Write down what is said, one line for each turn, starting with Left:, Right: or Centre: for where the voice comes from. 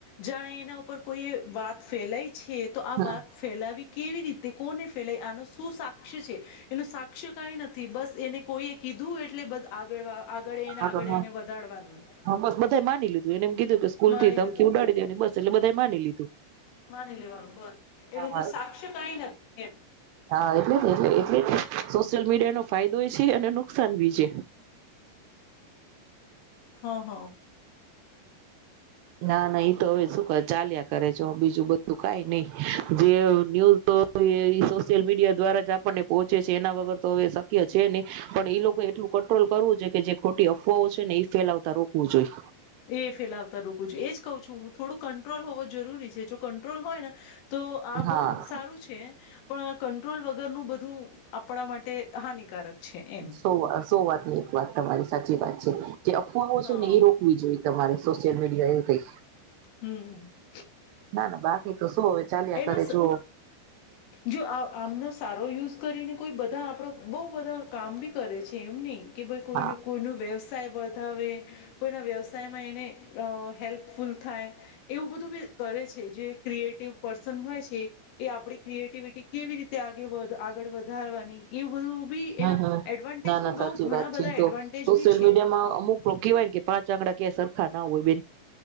Left: જાણે એના ઉપર કોઈએ વાત ફેલાઈ છે તો આ
Right: હા
Left: વાત ફેલાવી કેવી રીતે તે કોને ફેલાય આનો શું સાક્ષી છે એનું સાક્ષ્ય કંઈ નથી બસ એને કોઈએ કીધું એટલે બસ આગળ વા આગળ એને
Right: હા
Left: આગળ
Right: હા
Left: એને વધારવાનું.
Right: હા બસ બધાએ માની લીધું એને એમ કીધું કે સ્કૂલ
Left: માની
Right: થી ધમકી
Left: લીધું
Right: ઉડાડી દે બસ એટલે બ બધાએ માની લીધું
Left: માની લેવાનું બસ એનું
Right: હા
Left: કે સાક્ષી કઈ નથી એમ
Right: હા એટલે એટ એટલે સોશિયલ મીડિયા નો ફાયદો છે અને નુકસાન ભી છે
Left: હ હ
Right: ના ના એઈ તો હવે શું ચાલ્યા કરે છે બીજું બધું કઈ નહી જે ન્યૂઝ તો સોશિયલ મીડિયા દ્વારા જ આપણને પોહોચે છે એના વગર તો હવે શક્ય છે નહી પણ એઈ લોકો એટલું કંટ્રોલ કરવું જો કે જે ખોટી અફવાઓ છે ને એ ફેલાવતા રોકવું જોઈ
Left: એ ફેલાવતા રોકું છું એજ કહું છું હું થોડું કંટ્રોલ હોવો જરૂરી છે જો કંટ્રોલ હોય ને તો આ
Right: હા.
Left: બહુ સારું છે પણ આ કંટ્રોલ વગ વગર નું બધું આપણા માટે હાનિકારક છે એમ
Right: સો સો વાત ની એક વાત તમારી સાચી વાત છે જે અફવાઓ છે
Left: હા
Right: ને એ રોકવી જોઈએ તમારે સોશિયલ મીડિયા એ કઈ
Left: હમ
Right: ના ના બાકી તોસું હવે ચાલ્યા
Left: એનો
Right: કરે
Left: સ
Right: જોઓ
Left: જો આ આમનો સારો યુઝ કરીને કોઈ બધા આપણો બો બધા કામ ભી કરે છે એમ નહીં કે ભાઈ કોઈ
Right: હા
Left: ન કોઈ ન વ્યવસાય વધ કોઈના વ્યવસાયમાં એને હેલ્પફુલ થાય એવું બધું બ કરે છે જે ક્રિએટિવ પર્સન હોય છે એ આપડી ક્રિએટિવિટી કેવી રી ્યા આગે વધ આગળ વધારવાની એવું બધું બી
Right: હમ
Left: એના
Right: હ
Left: એડવાન્ટેજ
Right: ના ના
Left: બી
Right: સાચી
Left: બહુ ઘણા
Right: વાત છેી
Left: બધા
Right: તો
Left: એડવાન્ટેજ
Right: સોશિયલ
Left: બી છે
Right: મીડિયા માં અમુક કવાય ને કે પાંચ આંગડા ક સર ખા ઉવે બન